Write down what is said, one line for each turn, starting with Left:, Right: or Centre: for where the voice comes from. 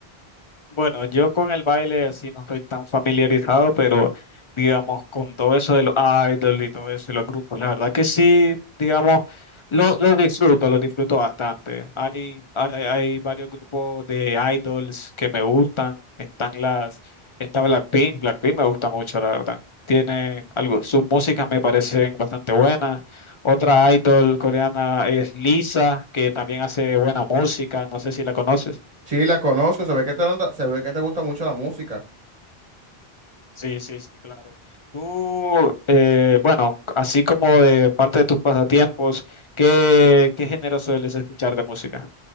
Left: Bueno, yo con el baile así no estoy tan familiarizado, pero digamos con todo eso de los idols y todo eso y los grupos, la verdad que sí, digamos, lo, lo disfruto, lo disfruto bastante. Hay, hay, hay varios grupos de idols que me gustan, están las, está Blackpink, Blackpink me gusta mucho, la verdad. Tiene algo, sus músicas me parecen bastante buenas. Otra idol coreana es Lisa, que también hace buena música, no sé si la conoces.
Right: Sí, la conozco, se ve que te, se ve que te gusta mucho la música.
Left: Sí, sí, sí, claro. Tú, eh, bueno, así como de parte de tus pasatiempos, ¿qué, qué género sueles escuchar de música?